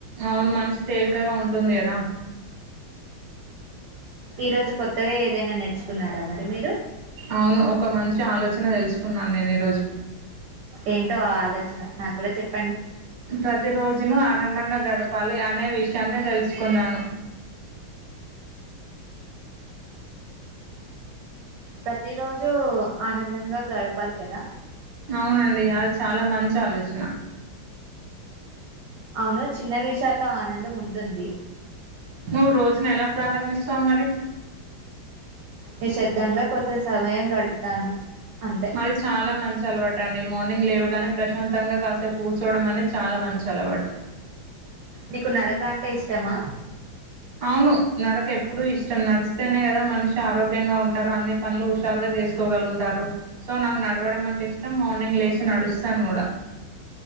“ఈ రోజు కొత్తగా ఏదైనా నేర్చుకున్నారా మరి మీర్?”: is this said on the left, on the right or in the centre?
Right